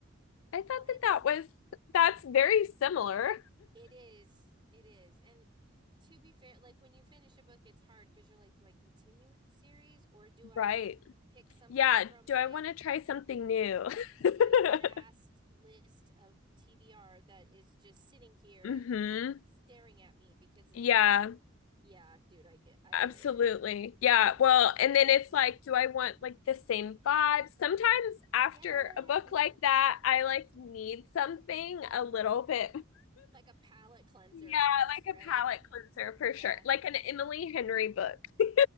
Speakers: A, on the left; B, on the right.
A: I thought
B: Well, it's
A: that that was that's very similar.
B: It is. It is. And to be fair, like when you finish a book, it's hard because you're like, do I continue with the series or do I
A: Right.
B: pick something
A: Yeah,
B: from
A: do
B: my
A: I want to try something new?
B: my
A: <laughs>
B: vast list of TBR that is just sitting here
A: Mhm.
B: staring at me because it's
A: Yeah,
B: been yeah, dude, I get I
A: absolutely.
B: get it.
A: Yeah.
B: I
A: Well,
B: do.
A: and then it's like do I want like the same vibe? Sometimes after
B: Yes.
A: a book like that, I like need something a little bit <laughs>
B: Like a palate cleanser
A: Yeah,
B: almost, right?
A: like a palate cleanser for
B: Yeah.
A: sure. Like an Emily Henry book. <laughs>